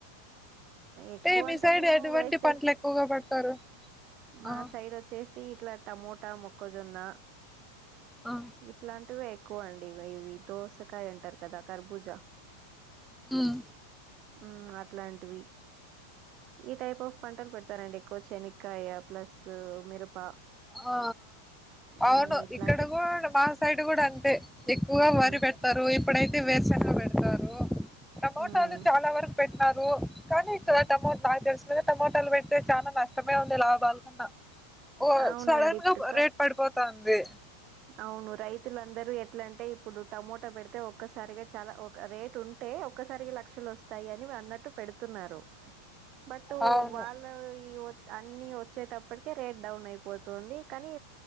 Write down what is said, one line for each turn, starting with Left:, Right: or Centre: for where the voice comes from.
Right: ఎక్కువ
Centre: ఏయ్ మీ
Right: అంటే
Centre: సైడ్
Right: మేము
Centre: ఎటువంటి
Right: వేసే
Centre: పంటలు ఎక్కువగా పడతారు
Right: మా
Centre: ఆ
Right: సైడ్ వచ్చేసి ఇట్లా టమోటా మొక్కజొన్న
Centre: ఆ
Right: ఇట్లాంటివె ఎ ఎక్కువ అండివి ఇవి దోసకాయ అంటారు కదా కర్బూజా
Centre: ఉమ్
Right: మ్ అట్లాంటివి ఈ టైప్ ఆఫ్ పంటలు పెడతారండి ఎక్కువ చెనక్కాయ ప్లస్ మిరప
Centre: ఆ
Right: మ్మ్
Centre: అవును
Right: ఇట్లాంటి
Centre: ఇక్కడ కూడా మా సైడ్ కూడా అంతే ఎక్కువగా
Right: మ్మ్
Centre: వరి పెడతారు ఇప్పుడైతే వేర్ శెనగా పెడతారు టమోటాది
Right: మ్మ్
Centre: చాలా వరకు పెట్టినారు కానీ ఇ క్కడటమోట నాకు తెలిసుద టమోటాలు పెడితే చాలా నష్టమే ఉంది లాభాల కన్నా ఓ
Right: అవునండి
Centre: సడన్ గా
Right: ప్రత్
Centre: రేట్ పడిపోతా ఉంది
Right: అవును రైతులందరూ ఎట్లాంటే ఇప్పుడు టమోటా పెడితే ఒక్కసారిగా చాలా ఒక రేట్ ఉంటే స్తే ఒక్కసారికి లక్షలు వస్తాయి అని నువ్వు అన్నట్టు పెడుతున్నారు బట్టు
Centre: అవును
Right: వాళ్ళయి అన్ని వచ్చేటప్పటికే రేట్ డౌన్ అయిపోతుంది కానీ